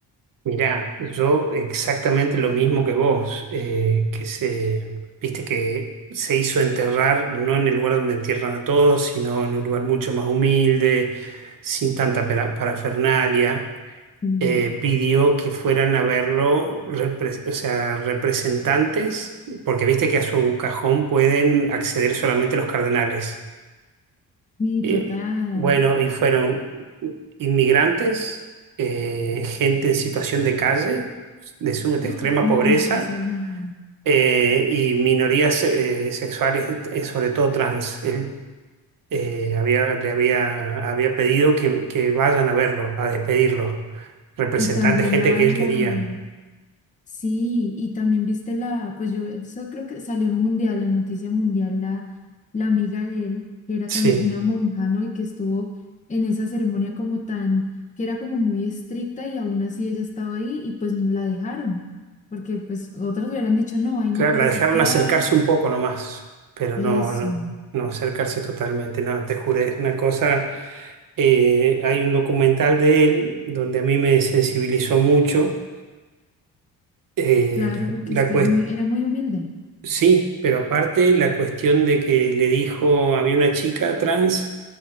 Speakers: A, on the right; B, on the left.
A: Mirá, yo exactamente lo mismo que vos, eh, que se, viste que se hizo enterrar no en el lugar donde entierran a todos, sino en un lugar mucho más humilde, sin tanta pera- parafernalia.
B: Mm.
A: Eh, pidió que fueran a verlo, repre- o sea, representantes, porque viste que a su cajón pueden acceder solamente los cardenales.
B: Sí,
A: Eh,
B: total.
A: bueno, y fueron inmigrantes, eh, gente en situación de calle, de, su- de
B: Ay,
A: extrema
B: no,
A: pobreza,
B: una cosa linda.
A: eh, y minorías eh, sexuales, eh, sobre todo trans. Él eh, había, le había, había pedido que, que vayan a verlo, a despedirlo, representantes,
B: Y también
A: gente
B: la,
A: que él
B: la,
A: quería.
B: sí, y también viste la, pues yo, eso creo que salió en Mundial, la noticia mundial, la, la amiga de él, que era
A: Sí.
B: también una monja, ¿no? Y que estuvo en esa ceremonia como tan, que era como muy estricta y aún así ella estaba ahí y pues no la dejaron, porque pues otros hubieran dicho, no, ahí
A: Claro,
B: no puedes
A: la dejaron
B: estar,
A: acercarse un poco nomás, pero
B: eso,
A: no, no, no acercarse totalmente, no, te juro, es una cosa, eh, hay un documental de él donde a mí me sensibilizó mucho, eh,
B: claro, porque
A: la,
B: es
A: la
B: que
A: cues-
B: es muy, era muy humilde.
A: sí, pero aparte la cuestión de que le dijo, había una chica trans